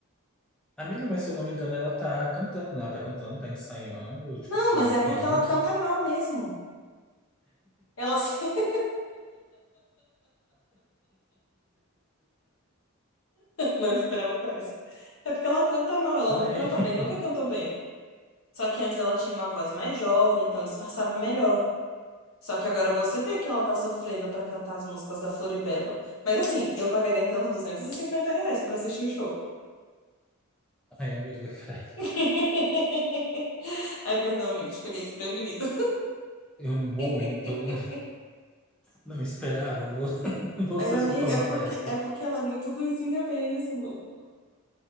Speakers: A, in the centre; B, on the left.
A: Amiga, mas se eu não me engano, ela tá cantando, né? Ela tá cantando, tá ensaiando. Tipo
B: Não,
A: assim,
B: mas é porque
A: tem
B: ela
A: um,
B: canta mal mesmo. Ela <laughs> se- não esperava por essa. É porque ela canta mal, ela
A: Ai,
B: não canta bem, nunca cantou bem. Só que antes ela tinha uma voz mais jovem, então disfarçava melhor. Só que agora você vê que ela tá sofrendo pra cantar as músicas da Floribela. Mas assim, eu pagaria até uns 250 reais pra assistir o show.
A: ai, amiga, cara,
B: <laughs> Ai, perdão, amigo, te peguei desprevenido.
A: eu muito
B: <laughs>
A: não esperava vo- <laughs> você
B: Mas, amiga,
A: soltar uma
B: é porque,
A: dessa.
B: é porque ela é muito ruinzinha mesmo.